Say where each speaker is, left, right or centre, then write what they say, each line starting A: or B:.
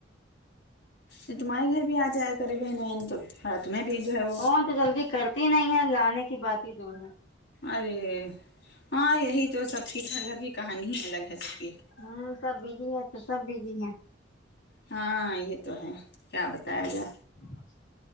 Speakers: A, on the left; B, on the left.
A: یہ تمہارے گھر بھی آ جائے کری بہن ہے تو ہاں تمہیں بھیجا ہے وہ
B: فون تو جلدی کرتی نہیں ہے جانے کی بات ہی دور ہے
A: ارے ہاں یہی تو سب کی گھر گھر کی کہانی ہی الگ ہے سب کی
B: ہوں سب بزی ہے تو سب بزی ہے
A: ہاں یہ تو ہے کیا بتاے گا
B: <inaudible>